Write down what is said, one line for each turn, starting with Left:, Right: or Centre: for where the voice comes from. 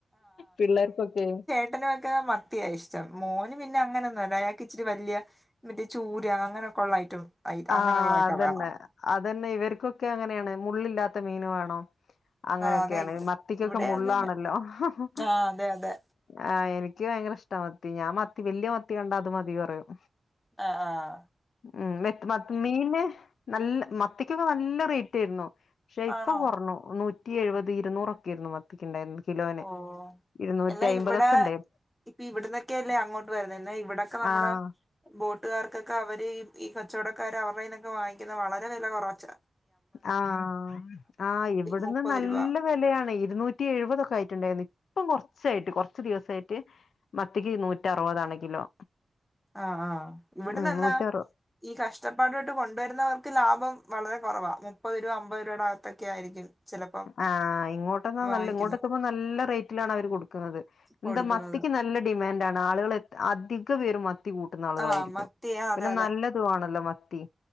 Left: പിള്ളേർക്കൊക്കെ
Centre: ട്ടനൊക്കെ മത്തിയാ ഇഷ്ടം മോന് പിന്നെ അങ്ങനെന്നുംല്ല ഞങ്ങക്ക് ഇച്ചിരി വല്ല്യ മറ്റേ ചൂര അങ്ങനെക്കൊള്ള ഐറ്റം അങ്ങനെയുള്ളതൊക്കെ
Left: ആ അതെന്നെ
Centre: വേണം
Left: അതന്നെ ഇവർക്കൊക്കെ അങ്ങനെണ് മുള്ളില്ലാത്ത മീന് വേണം. അങ്ങനെയൊക്കെണ്
Centre: ആ അതെ ഇവിടെ
Left: മത്തിക്കൊക്കെ
Centre: ഇവിടെ
Left: മുള്ളാണല്ലോ
Centre: അത് തന്നെ
Left: ഹ് ഹ്
Centre: ആ അതെ അതെ
Left: ആ എനി ഇയ് ക്ക് ഭയങ്കര ഇഷ്ടാ മത്തി ഞാൻ മത്തി വെല്ല്യ മത്തി കണ്ടാ അത് മതി പറയും.
Centre: ആഹ ആഹ.
Left: മ് മെത് മത് മീന് നല്ല മത്തിക്കൊക്കെ നല്ല റേറ്റ് ആര്ന്നു. ഷെ ഇപ്പൊ
Centre: ആണോ
Left: കൊർണു നൂറ്റി എഴുപത് ഇരുന്നൂറൊക്കെ ര്ന്നു മത്തിക്ക്ണ്ടായ്ര്ന്നെ കിലോന്.
Centre: ഓ
Left: ഇരുന്നൂറ്റി
Centre: എന്നാ
Left: അയ്മ്പതൊക്കെ
Centre: ഇവിട
Left: ഉണ്ടായിരുന്നു
Centre: ഇവിടുന്നൊക്കെയല്ലേ അങ്ങോട്ട് വരുന്നേ എന്നാ ഇവിടക്കെ നമ്മടെ
Left: ആഹ്
Centre: ബോട്ടുകാർക്കൊക്കെ അവര് ഈ കച്ചവടകാര് അവരുടെ ന്നൊക്കെ വാങ്ങിക്ന്നെ വളരെ വെല കൊറവച്ച.
Left: ആഹ ആഹ് ഇവിടന്ന്
Centre: മുപ്പത്
Left: നല്ല
Centre: രൂപ
Left: വെലണ് ഇരുന്നൂറ്റി എഴുപതൊക്കെ ആയിട്ട്ണ്ടെനി ഇപ്പം കൊറച്ചായിട്ട് കൊറച്ച് ദിവസയിറ്റ് മത്തിക്ക് നൂറ്റ അറുപതാണ് കിലോ.
Centre: ആഹ ആഹ ഇവിട്ന്നെന്നാ
Left: ഉം നൂറ്ററു
Centre: ഈ കഷ്ടപ്പാടുട്ട് കൊണ്ടുവരുന്നവർക്ക് ലാഭം വളരെ കൊറവാ മുപ്പത് രൂപ അമ്പത് രൂപയുടെ അകത്തൊക്കെ ആയിരിക്കും. ചിലപ്പം
Left: ആ ഇങ്ങോട്ടന്നാ
Centre: വാങ്ങിക്കുന്നത്
Left: നല്ല ഇങ്ങോട്ട് ക്ക പ്പൊ നല്ല റേറ്റിലാണ് അവര് കൊട്ക്ക്ന്നത്.
Centre: കൊടുക്കുന്നത്
Left: ന്താ മത്തിക്ക് നല്ല ഡിമാൻന്റ് ആണ് ആളുകള് അധിക പേരും മത്തി കൂ ട്ട്ന്ന ആളുകളായിരിക്കും
Centre: ആഹ് മത്തി ആഹ്
Left: പിന്നെ
Centre: അതെ അതെ
Left: നല്ലതു ആണല്ലോ മത്തി